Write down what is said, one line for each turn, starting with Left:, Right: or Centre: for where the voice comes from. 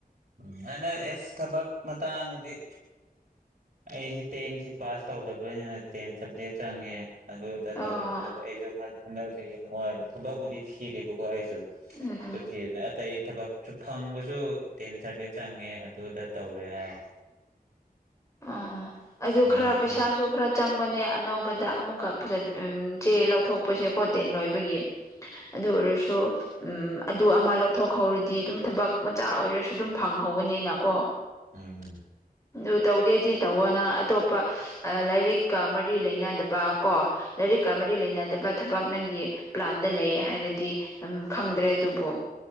Right: ꯎꯝ ꯑꯗ ꯑꯦꯁ ꯊꯕꯛ ꯃꯇꯥꯡꯗꯗꯤ ꯑꯩꯁꯤ ꯇꯦꯟꯁꯤ ꯄꯥꯁ ꯇꯧꯗꯕꯅꯤꯅ ꯇꯦꯟ ꯁꯕꯖꯦꯛ ꯆꯪꯉꯦ ꯑꯗꯨ ꯑꯗꯥ
Left: ꯑꯣ
Right: ꯇꯧꯔꯦ ꯑꯗ ꯑꯩꯁꯨ ꯍꯟꯗꯛꯁꯤ ꯌꯥꯝ ꯋꯥꯏꯕ ꯊꯕꯛꯄꯨꯗꯤ ꯊꯤꯔꯦꯕꯀꯣ ꯑꯩꯁꯨ
Left: ꯎꯝ ꯎꯝ
Right: ꯊꯅꯦ ꯑꯇꯩ ꯊꯕꯛꯁꯨ ꯐꯪꯕꯁꯨ ꯇꯦꯟ ꯁꯥꯔꯚꯤꯁ ꯆꯪꯉꯦ ꯑꯗꯨꯗ ꯇꯧꯔꯦ ꯍꯥꯏ
Left: ꯑꯣ ꯑꯗꯨ
Right: ꯅꯨꯡꯉꯥꯏꯇꯦ
Left: ꯈꯔ ꯄꯩꯁꯥꯁꯨ ꯈꯔ ꯆꯪꯕꯅꯦ ꯑꯅꯧꯕ ꯕꯗ ꯑꯃꯨꯛꯀ ꯐꯖ ꯆꯦ ꯂꯧꯊꯣꯛꯄꯁꯦ ꯈꯣ ꯇꯦꯟ ꯂꯣꯏꯕꯒꯤ ꯑꯗꯨ ꯑꯣꯏꯔꯁꯨ ꯎꯝ ꯑꯗꯨ ꯑꯃ ꯂꯧꯊꯣꯛꯍꯧꯔꯗꯤ ꯑꯗꯨꯝ ꯊꯕꯛ ꯃꯆꯥ ꯑꯣꯏꯔꯁꯨ ꯑꯗꯨꯝ ꯐꯪꯍꯧ ꯍꯧꯕꯅꯤꯅꯀꯣ
Right: ꯎꯝ
Left: ꯑꯗꯨ ꯇꯧꯒꯦꯗꯤ ꯇꯧꯋꯣ ꯅꯪ ꯑꯇꯣꯞꯄ ꯂꯥꯏꯔꯤꯛꯀ ꯃꯔꯤ ꯂꯩꯅꯗꯕ ꯀꯣ ꯂꯥꯏꯔꯤꯛ ꯀꯔꯤꯀ ꯃꯔꯤ ꯂꯩꯅꯗꯕ ꯊꯕꯛ ꯅꯪꯒꯤ ꯄ꯭ꯂꯥꯟꯗ ꯂꯩ ꯍꯥꯏꯔꯗꯤ ꯎꯝ ꯈꯪꯗ꯭ꯔꯦ ꯑꯗꯨꯕꯨ